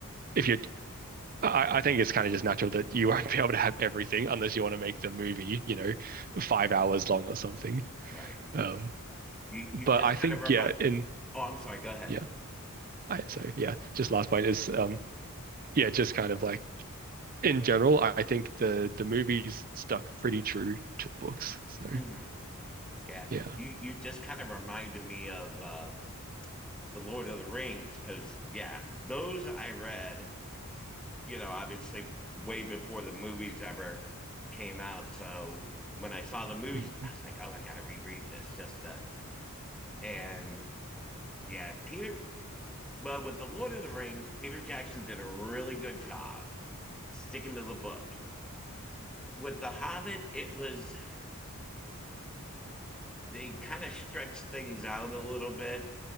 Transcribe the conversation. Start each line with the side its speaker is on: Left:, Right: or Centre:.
Right: if you're I, I think it's kind of just natural that you won't <laughs> be able to have everything unless you want to make the movie, you know, five hours long or something.
Centre: right.
Right: Um,
Centre: You you
Right: but
Centre: just
Right: I
Centre: kind
Right: think
Centre: of remind.
Right: yeah, in
Centre: Oh, I'm sorry. Go ahead.
Right: yeah, I so yeah, just last point is um yeah, just kind of like in general, I think the the movies stuck pretty true to the books. So
Centre: hmm Yeah.
Right: yeah,
Centre: You you just kind of reminded me of uh, the Lord of the Rings because yeah, those I read you know, obviously way before the movies ever came out. So when I saw the movies,
Right: mm
Centre: I was like, oh, I got to reread this just the and yeah, Peter. Well, with the Lord of the Rings, Peter Jackson did a really good job sticking to the book. With the Hobbit, it was they kind of stretched things out a little bit,